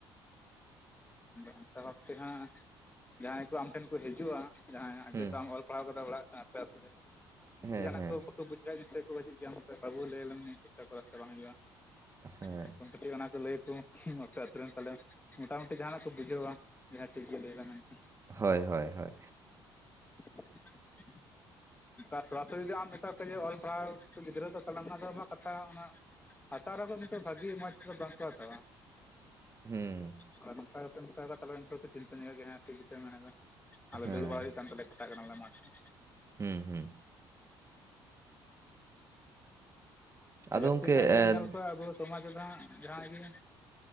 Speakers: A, on the left; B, on the right.
A: ᱟᱫᱚ ᱚᱱᱠᱟ ᱵᱷᱟᱵᱛᱮ ᱦᱟᱸᱜ ᱡᱟᱦᱟᱸᱭ ᱠᱚ ᱟᱢ ᱴᱷᱮᱱ ᱠᱚ ᱦᱤᱡᱩᱜ-ᱟ ᱡᱟᱦᱟᱸᱭ ᱟᱢ
B: ᱦᱩᱸ
A: ᱡᱮ ᱛᱩ ᱚᱞ ᱯᱟᱲᱦᱟᱣ ᱠᱟᱫᱟ ᱚᱲᱟᱜ ᱟᱼᱼ ᱯᱮ‌ ᱟᱛᱩ ᱨᱮ
B: ᱦᱮᱸ
A: ᱥᱮ ᱡᱟᱦᱟᱸ ᱱᱟᱜ
B: ᱦᱮᱸ
A: ᱠᱩᱼᱼ ᱠᱚ ᱵᱩᱡᱷ ᱠᱷᱟᱡ ᱱᱤᱥᱪᱚᱭ ᱠᱚ ᱦᱟᱹᱡᱩᱜ ᱜᱮᱭᱟ ᱟᱢ ᱴᱷᱮ ᱵᱟᱹᱵᱩ ᱞᱟᱹᱭ ᱞᱮᱢ ᱱᱚᱶᱟ ᱪᱮᱫ ᱞᱮᱠᱟ ᱠᱚᱨᱟᱣ ᱥᱮ ᱵᱟᱝ ᱦᱩᱭᱩᱜ-ᱟ
B: ᱦᱮᱸ
A: <inaudible> ᱪᱮ ᱚᱱᱟ ᱠᱚ ᱞᱟᱹᱭᱟ ᱠᱚ ᱟᱯᱮ ᱟᱛᱩ ᱨᱮ ᱛᱟᱦᱚᱞᱮ ᱢᱚᱴᱟ ᱢᱩᱼᱼ ᱡᱟᱦᱟᱸ ᱱᱟᱜ ᱠᱚ ᱵᱩᱡᱷᱟᱹᱣᱟ ᱡᱟᱦᱟᱸ ᱴᱷᱤᱠ ᱜᱮ ᱞᱟᱹᱭ ᱫᱟ ᱢᱮᱱ ᱛᱮ᱾
B: ᱦᱚᱭ ᱦᱚᱭ ᱦᱚᱭ᱾
A: <unintelligible> ᱥᱚᱨᱟᱼᱥᱚᱨᱤ ᱟᱢ ᱢᱮᱛᱟ ᱠᱚᱣᱟ ᱡᱮ ᱚᱞ ᱯᱟᱲᱦᱟᱣ‌ ᱠᱩᱯᱮ‌ ᱜᱤᱫᱽᱨᱟᱹ ᱫᱚ ᱛᱟᱦᱞᱮ‌ ᱟᱢᱟᱜ ᱫᱚ ᱠᱟᱛᱷᱟ ᱚᱱᱟᱼᱼ ᱦᱟᱛᱟᱣ ᱨᱮᱠᱚ ᱱᱤᱛᱚᱜ ᱵᱷᱟᱜᱤ ᱢᱚᱡᱽᱛᱮᱫ ᱵᱟᱝ ᱠᱚ ᱦᱟᱛᱟᱣᱟ᱾
B: ᱦᱩᱸ᱾
A: ᱟᱫᱚ ᱱᱚᱝᱠᱟ ᱠᱟᱛᱮᱜ ᱢᱮᱛᱟ ᱠᱚ ᱠᱷᱟᱡ ᱛᱟᱦᱚᱞᱮ ᱩᱱᱠᱩ ᱦᱚᱸ ᱠᱚ ᱪᱤᱱᱛᱟᱹ ᱧᱚᱜᱚ ᱜᱮᱭᱟ ᱦᱮᱸ ᱴᱷᱤᱠ ᱜᱮ ᱛᱚᱭ ᱢᱮᱱᱮᱫᱟ ᱟᱞᱮ
B: ᱦᱮᱸ
A: ᱫᱟᱹᱲ ᱵᱟᱲᱟ ᱦᱩᱭᱩᱜ ᱠᱟᱱ ᱛᱟᱞᱮᱭᱟ᱾ ᱯᱟᱛᱟᱜ ᱠᱟᱱᱟᱞᱮ ᱢᱟᱴᱷ ᱨᱮ᱾
B: ᱦᱩᱸ ᱦᱩᱸ
A: ᱮ
B: ᱟᱫᱚ
A: ᱡᱟᱹᱥᱛᱤ
B: ᱜᱚᱝᱠᱮ
A: ᱠᱟᱭᱛᱮᱢ
B: ᱮᱸ
A: ᱧᱮᱞ ᱠᱚᱣᱟ ᱟᱵᱚᱼᱼ ᱥᱚᱢᱟᱡ ᱨᱮᱫᱚ ᱦᱟᱸᱜ ᱡᱟᱦᱟᱸ ᱤᱭᱟᱹ